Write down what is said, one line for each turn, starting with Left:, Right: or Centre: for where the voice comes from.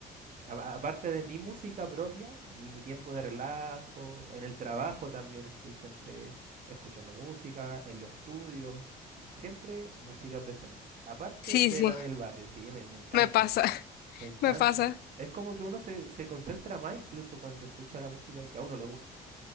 Right: a- aparte de mi música propia y mi tiempo de relajo, en el trabajo también estoy siempre escuchando música, en los estudios, siempre música presente, aparte
Left: sí,
Right: de
Left: sí,
Right: la del barrio, sí, me, me encanta,
Left: me pasa, <laughs>
Right: me encanta.
Left: me pasa.
Right: Es como que uno se, se concentra más incluso cuando escucha la música que a uno le gusta,